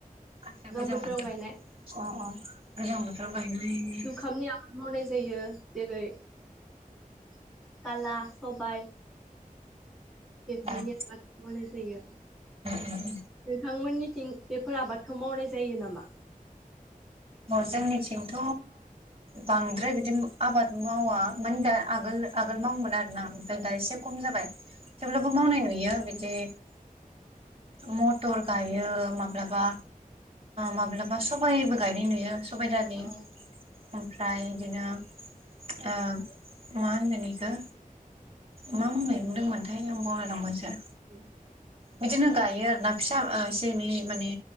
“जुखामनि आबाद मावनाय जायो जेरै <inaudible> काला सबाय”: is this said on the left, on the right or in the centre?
Centre